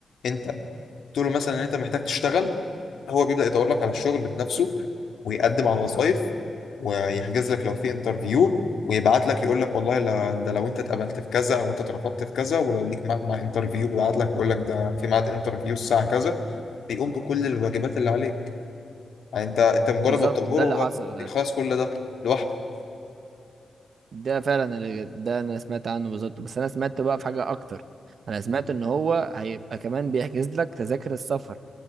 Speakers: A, on the left; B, on the right.
A: انت قلت له مثلا ان انت محتاج تشتغل هو بيبدأ يدور لك على الشغل بنفسه ويقدم على وظائف ويحجز لك لو في انترفيو ويبعت لك يقول لك والله لا ده لو انت اتقبلت في كذا او انت اترفضت في كذا ولو ليك ميعاد مع انترفيو بيبعت لك يقول لك ده في ميعاد انترفيو الساعة كذا بيقوم بكل الواجبات اللي عليك يعني انت انت مجرد
B: بالظبط
A: ما بتأمره
B: ده اللي
A: هو
B: حصل يعني
A: يخلص كل ده لوحده
B: ده فعلا اللي ده انا سمعت عنه بالظبط بس انا سمعت بقى في حاجه اكتر انا سمعت ان هو هيبقى كمان بيحجز لك تذاكر السفر